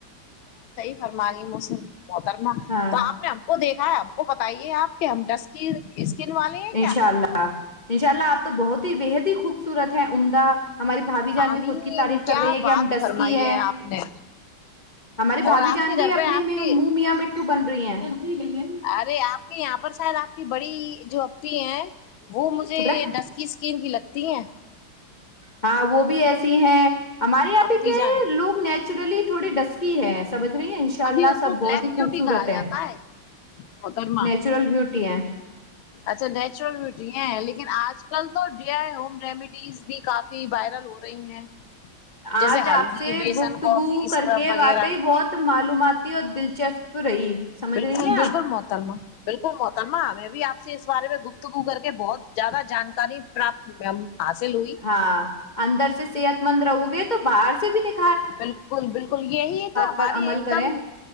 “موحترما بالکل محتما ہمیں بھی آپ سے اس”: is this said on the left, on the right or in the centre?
Left